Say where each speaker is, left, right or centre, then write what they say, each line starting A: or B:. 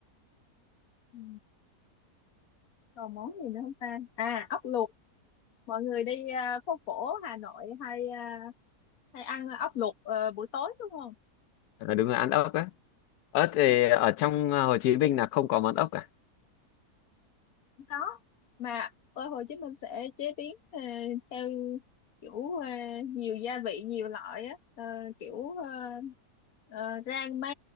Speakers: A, on the left; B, on the left.
A: Ừ. còn món gì nữa không ta à ốc luộc mọi người đi à, phố cổ Hà Nội hay à, hay ăn ốc luộc ờ, buổi tối đúng không
B: À, đúng là ăn ốc á. Ớt thì ở trong ờ, Hồ Chí Minh là không có món ốc cả
A: cũng có mà ở Hồ Chí Minh sẽ chế biến ờ, theo kiểu ờ, nhiều gia vị nhiều loại á Ờ, kiểu ờ, ờ, rang me